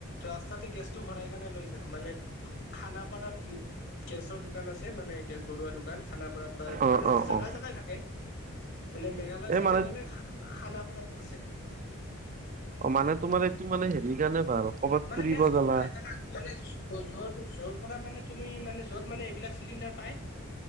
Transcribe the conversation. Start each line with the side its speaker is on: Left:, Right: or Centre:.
Left: ৰাস্তাতে গেছটো ভৰাই কেনে লৈ যাওঁ মানে খানাপাৰাত উ গেছৰ দোকান আছে মানে গেছ ভৰোৱা দোকান খানাপাৰাত বা
Right: অ
Left: মানে
Right: অ
Left: জাগাই
Right: অ
Left: জাগাই থাকে মানে মেঘালয়
Right: এই
Left: চাইদে
Right: মানে
Left: গ'লে খা খানাপাৰাত আছে
Right: অ মানে তোমাৰ এইটো মানে হেৰি কাৰণে ভাল কৰ'বাত
Left: মানে
Right: ফুৰিব
Left: গেছ ক'ত
Right: গলা
Left: ভৰাই জানা মানে যৰটো যৰ পৰা মানে তুমি মানে য'ত মানে এইবিলাক চিলিণ্ডাৰ পাই